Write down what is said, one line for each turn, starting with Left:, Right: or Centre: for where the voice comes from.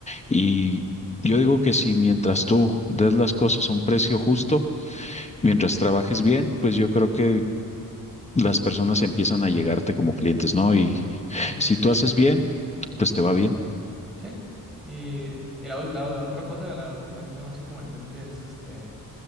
Left: Y yo digo que si mientras tú des las cosas a un precio justo, mientras trabajes bien, pues yo creo que las personas empiezan a llegarte como clientes, ¿no? Y
Centre: Sí,
Left: si tú haces bien, pues te va bien.
Centre: sí. Y, y la, ul- la la otra cosa, la última que tengo así como en mente es este...